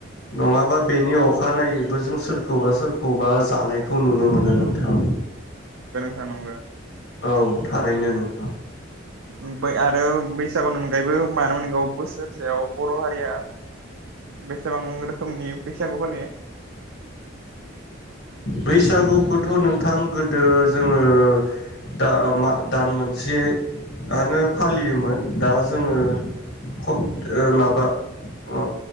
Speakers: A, on the left (about 60°); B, on the right (about 80°).
A: नङाबा बेनि अ खानायोबो जों सोर खौबा सोरखौबा जानाय‌ खौ नुनो मोनो नोंथां
B: थां नंगो
A: औ थारैनो नोंथां
B: ओमफाइ आरो बैसागुनि अनगायैबो मानो मोनगौ बोसोरसेयाव बर' हारिया बेसेबां रोखोमनि बैसागु फालियो
A: बैसागुखौथ' नोंथां गोदो जोङो दा मा दान मोनसेआनो फालियोमोन दा जोङो खट माबा ओ